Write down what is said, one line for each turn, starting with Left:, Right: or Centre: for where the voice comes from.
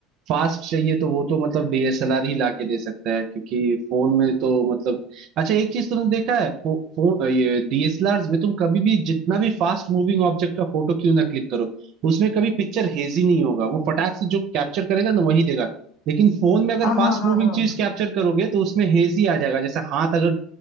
Right: फास्ट चाहिए तो वो तो मतलब डीएसएलआर ही लाके दे सकता है क्योंकि फोन में तो मतलब अच्छा एक चीज तुमने देखा है फो, फो, ये डीएसएलआर में तुम कभी भी जितना भी फास्ट मूविंग ऑब्जेक्ट का फोटो क्यों ना क्लिक करो उसमें कभी पिक्चर हेजी नहीं होगा वो फटाक से जो कैप्चर करेगा ना वही देगा लेकिन फोन में अगर
Left: हाँ
Right: फास्ट
Left: हाँ हाँ
Right: मूविंग
Left: हाँ
Right: चीज कैप्चर करोगे तो उसमें हेजी आ जाएगा जैसे हाथ अगर